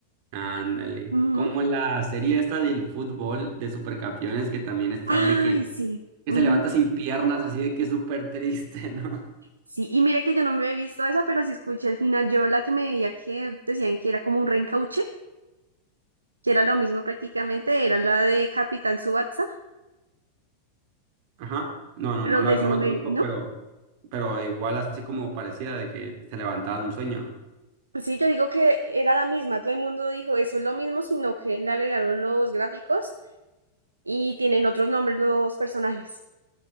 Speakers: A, on the right; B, on the right.
A: Ándale,
B: Ujú.
A: como la serie esta del fútbol de Supercampeones que también están
B: Ay,
A: de que,
B: sí.
A: que
B: ujú.
A: se levanta sin piernas, así de que es súper triste, <laughs> ¿no?
B: Sí, y mire que yo no me he visto esa, pero sí escuché al final, yo la que me veía que decían que era como un reencauche, que era lo mismo prácticamente, era la de Capitán Tsubasa,
A: Ajá, no, no,
B: pero
A: no la,
B: de esa
A: no
B: no
A: la
B: me
A: conozco,
B: vi, ¿no?
A: pero, pero igual así como parecida de que se levantaba de un sueño.
B: Sí, yo digo que era la misma, todo el mundo dijo eso es lo mismo, sino que le agregaron los gráficos y tienen otros nombres los personajes.